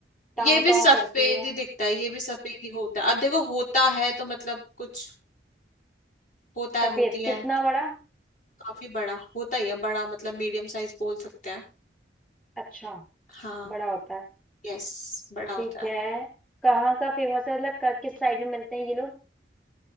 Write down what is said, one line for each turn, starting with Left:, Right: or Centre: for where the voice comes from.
Centre: टाँव
Left: ये भी
Centre: टाँव
Left: सफेद
Centre: करती है
Left: ही दिखता है ये भी सफेद ही होता है अब देखो होता है तो मतलब कुछ होता है
Centre: सफेद
Left: होती है
Centre: कितना बड़ा
Left: काफी बड़ा होता ही है बड़ा मतलब मीडियम साइज बोल सकते हैं
Centre: अच्छा
Left: हाँ
Centre: बड़ा होता है
Left: यस बड़ा होता
Centre: ठीक है
Left: है
Centre: कहाँ का फेमस है मतलब क- किस साइड में मिलते हैं ये लोग